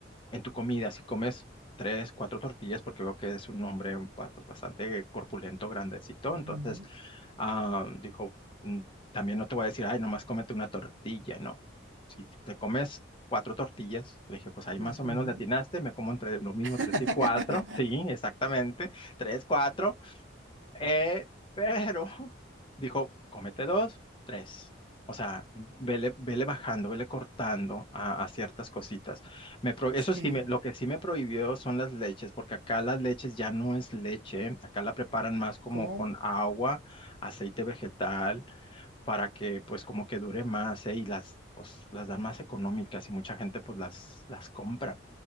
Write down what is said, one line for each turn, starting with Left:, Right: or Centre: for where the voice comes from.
Left: en tu comida, si comes tres, cuatro tortillas, porque veo que es un hombre ba- pues, bastante corpulento, grandecito,
Right: Ujú,
Left: entonces ah, dijo, "Mm, también no te voy a decir, ay, nomás cómete una tortilla, no. Si te comes cuatro tortillas, le dije, pues ahí
Right: ujú.
Left: más o menos le atinaste, me como entre lo mismo
Right: <laughs>
Left: tres y cuatro, <laughs> sí, exactamente, tres, cuatro, eh, pero <laughs> dijo, cómete dos, tres. O sea, vele, vele bajando, vele cortando a, a ciertas cositas. Me pro- eso
Right: Sí,
Left: sí, me, lo que sí me prohibió son las leches, porque acá las leches ya no es leche, acá la preparan más como
Right: ¿cómo?
Left: con agua, aceite vegetal, para que pues como que dure más, ¿eh? Y las, pues, las dan más económicas y mucha gente pues las, las compra.